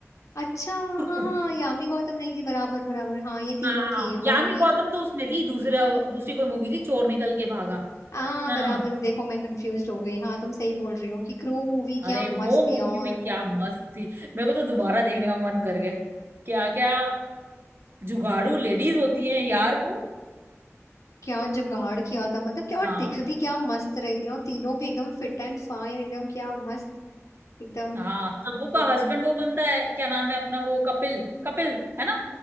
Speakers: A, on the left (about 85°); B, on the right (about 50°).
A: अच्छा
B: क्रू
A: हाँ हाँ यामी गौतम नहीं थी बराबर बराबर हाँ ये तीनों
B: हाँ
A: थी
B: हाँ
A: वो
B: यामी
A: मूवी
B: गौतम तो उसमें थी दूसरा दूसरी कोई मूवी थी चोर निकल के भागा
A: हाँ
B: ना
A: बराबर
B: ना ना
A: देखो मैं कंफ्यूज हो गई हाँ तुम सही बोल रही हो कि क्रू मूवी क्या
B: अरे
A: मस्त
B: वो मूवी
A: थी और
B: भी क्या मस्त थी मेरे को तो दोबारा देखने का मन कर गया क्या क्या जुगाड़ू लेडीज होती हैं यार वो
A: क्या जुगाड़ किया था मतलब क्या और
B: हाँ
A: दिख भी क्या मस्त रही थी ना और तीनों भी एकदम फिट एंड फाइन एकदम क्या मस्त एकदम
B: हाँ तब्बू
A: तो
B: का हस्बैंड वो बनता है क्या नाम है अपना वो कपिल कपिल है ना